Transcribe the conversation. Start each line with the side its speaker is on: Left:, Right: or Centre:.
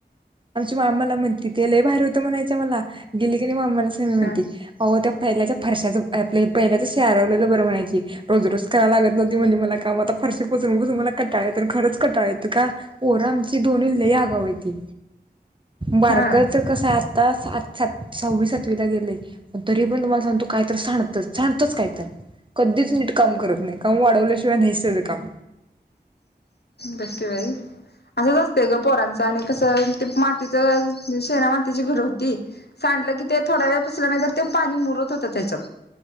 Right: आमच्या मामाला म्हणती ते लही बाहेर होतं म्हणायचं मला गेली की नाही मामाला स म्हणते
Left: हा
Right: अह त्या पहिल्याच्या फर्शाच आप पहिल्याच शेरवलेलं बरं म्हणायची रोज रोज करायला लागत नव्हती म्हण मला काम आता फरशी पोून बघ तुम्हाला कटाळ तर खरंच कटाळ येत का पोर आमची दोन्ही लई आगाव यती बारकच
Left: हा
Right: कसं आ आता सात सात सहा्वी सातवीला गेलेय पण तरी पण तुम्हाला सांगतू काय तर सांणत जाणतच काय तर कधीच नीट काम करत नाही काम वाढवल्याशिवाय नाहीच त्याचं काम
Left: बसे बाई असंच असतंय ग पोरांचं आणि कसं मातीच शेरा मातीची घर होती म्हलं की ते थोडा वेळ पसल्या नाही तर ते पाणी मुरत होत त्याच्यात